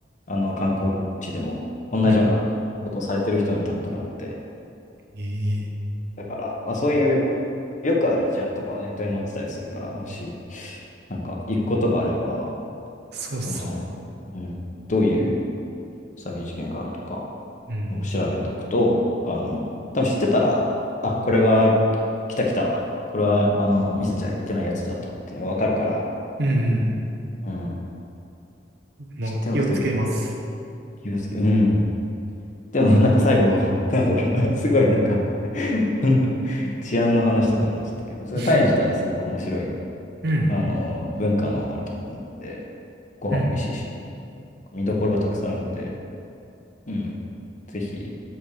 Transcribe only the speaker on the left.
あの観光地でも同じようなことをされてる人を見たことがあって、
だから、まあ、そういう、よくある事案とかはネットに載ってたりするから、もし、なんか行くことがあれば、
その、うん、どういう詐欺事件があるとか
を調べておくと、あの、多分知ってたら、あ、これは来た来た。これは、あの、見せちゃいけないやつじゃとかっていうのがわかるから、
うん。
知っておくといいと思う。気をつけ、うん。でも、なんか最後、<laughs> なんだろう、<laughs> すごいなんか <laughs> あの治安の話とかになっちゃったけど、それタイ自体はすごく面白い、
あの、文化のあるところなので、ご飯も美味しいしね、
見どころがたくさんあるので、うん。ぜひ、